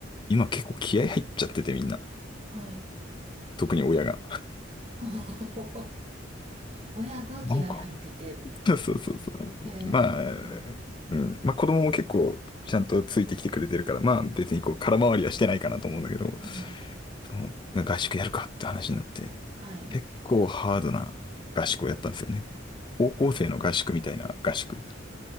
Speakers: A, on the left (about 25°); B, on the right (about 30°).
A: 今結構気合入っちゃっててみんな。
B: はい。
A: 特に親が。
B: <laughs> 親が気合入ってて、
A: なんか、<laughs> そうそうそうそう。
B: えー、
A: まあ、うん。まあ子供も結構ちゃんとついてきてくれてるから、まあ別にこう空回りはしてないかなと思うんだけど、
B: うん。
A: その合宿やるかって話になって、
B: はい。
A: 結構ハードな合宿をやったんですよね。高校生の合宿みたいな合宿。